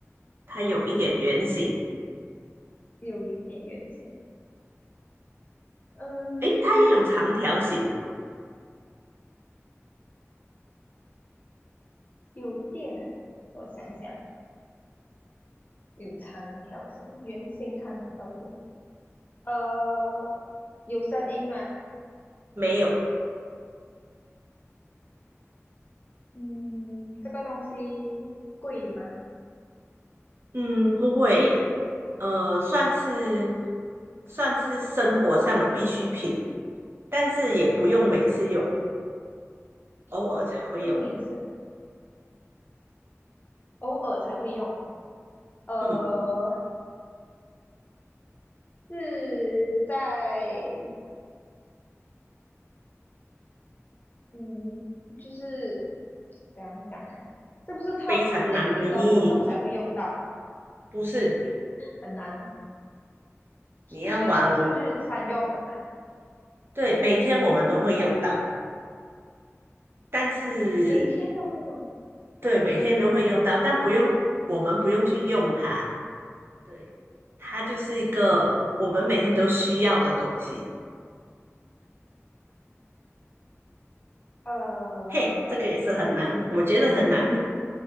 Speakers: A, on the right; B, on the left.
A: 它有一点圆形，
B: 有一点圆形。嗯，
A: 诶，它也有长条形，
B: 有电啊，我想想，有长条形、圆形、长条形，呃，有声音吗？
A: 没有，
B: 嗯，这个东西贵吗？
A: 嗯，不会，呃，算是算是生活上的必需品，但是也不用每次用，偶尔才会用，
B: 不用每次，偶尔才会用。呃，
A: 嗯，
B: 是在嗯，就是怎样讲啊？是不是特
A: 非常难迷，
B: 定的活动才会用到？
A: 不是。
B: 很难哦，所所以算是日常用了嘛，
A: 你要玩，对，每天我们都会用到，但是
B: 每天都会用。
A: 对，每天都会用到，但不用，我们不用去用它，对，它就是一个我们每天都需要的东西。
B: 呃，
A: 嘿，这个也是很难，我觉得很难，